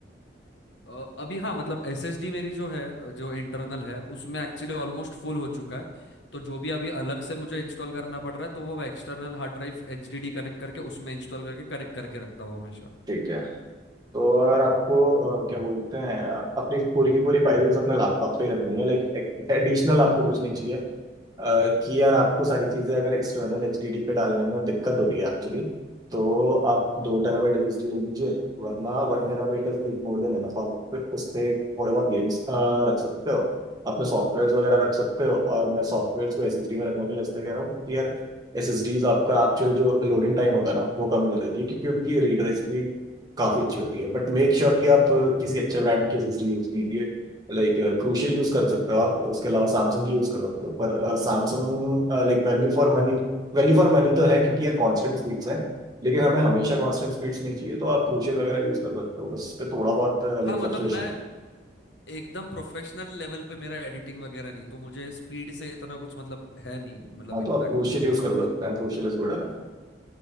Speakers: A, on the left (about 75°); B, on the right (about 20°).
A: अ, अभी हाँ मतलब एसएसडी मेरी जो है अ, जो इंटरनल है उसमें एक्चुअली ऑलमोस्ट फुल हो चुका है तो जो भी अभी अलग से मुझे इंस्टॉल करना पड़ रहा है तो वो मैं external hard drive HDD connect करके उसमें इंस्टॉल करके कनेक्ट करके रखता हूँ हमेशा
B: ठीक है तो अगर आपको अ, क्या बोलते हैं अपनी पूरी की पूरी फाइल्स अपने लैपटॉप पे ही रखनी है लाइक एडिशनल आपको कुछ नहीं चाहिए अ, कि यार आपको
A: हम्म
B: सारी चीजें अगर एक्सटर्नल एचडीडी पे डालने में दिक्कत हो रही है एक्चुअली तो आप
A: हम्म
B: दो टेराबाइट एसएसडी ले लीजिए वरना वन terabyte is like more than enough आप उस पे थोड़े बहुत गेम्स रख सकते हो अपने सॉफ्टवेयर वगैरह
A: हम्म
B: रख सकते हो और मैं सॉफ्टवेयर को एसएसडी में रखने के लिए इसलिए कह रहा हूँ क्योंकि यार एस एस डीज आपका एक्चुअल जो लोडिंग टाइम होता है ना वो कम कर देती है क्योंकि उनकी
A: हम्म,
B: रीड राइट स्पीड काफी अच्छी होती है बट मेक श्योर कि आप अ, किसी अच्छे ब्रांड की एसएसडी यूज कीजिए लाइक क्रूशियल यूज कर सकते हो आप उसके अलावा सैमसंग की यूज कर सकते हो पर Samsung like वैल्यू फॉर मनी value for money तो है क्योंकि यार कांस्टेंट स्पीड्स हैं लेकिन हमें हमेशा कांस्टेंट
A: हम्म।
B: स्पीड्स नहीं चाहिए तो आप क्रूशियल वगैरह यूज कर सकते हो बस पे थोड़ा बहुत लाइक
A: हाँ मतलब
B: फ्लक्चुएशन
A: मैं
B: है
A: एकदम प्रोफेशनल लेवल पे मेरा एडिटिंग वगैरह नहीं है, तो मुझे स्पीड से इतना कुछ मतलब है नहीं मतलब
B: हाँ तो
A: इम्पैक्ट
B: आप क्रूशियल
A: कुछ
B: यूज
A: होगा
B: कर सकते हैं क्रूशियल इज गुड एनफ